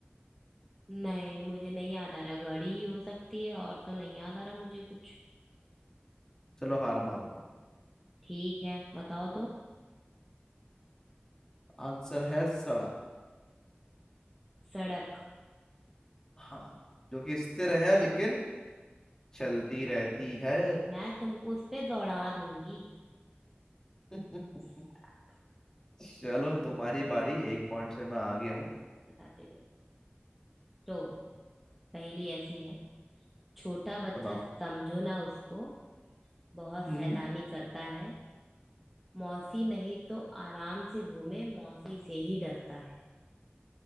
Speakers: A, in the centre; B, on the left.
A: नहीं मुझे नहीं याद आ रहा घड़ी ही हो सकती है और तो नहीं याद आ रहा मुझे कुछ
B: चलो हार मान लो
A: ठीक है बताओ तो
B: आंसर है सड़क
A: सड़क
B: हाँ जो कि स्थिर है लेकिन चलती रहती है
A: मैं तुमको उस पे दौड़ा दूंगी
B: <laughs>
A: सड़क
B: चलो तुम्हारी बारी एक पॉइंट से मैं आगे हूँ
A: बताती हूँ तो पहेली ऐसी है छोटा बच्चा
B: सुनाओ
A: समझो ना उसको बहुत
B: हम्म
A: शैतानी करता है मौसी नहीं तो आराम से घूमे मौसी से ही डरता है